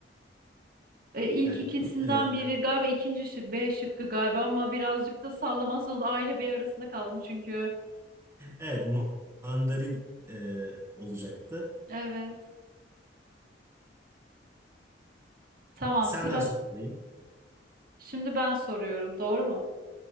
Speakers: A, on the right (about 55°); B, on the right (about 15°).
A: e, ilk
B: Yani,
A: ikisinden
B: e,
A: biri galiba ikinci şık. B şıkkı galiba ama birazcık da sallamazsan o da A ile B arasında kaldım çünkü.
B: evet, ma- mandarin e, olacaktı.
A: Evet. Tamam
B: Senden
A: sıra.
B: sorayım.
A: Şimdi ben soruyorum. Doğru mu?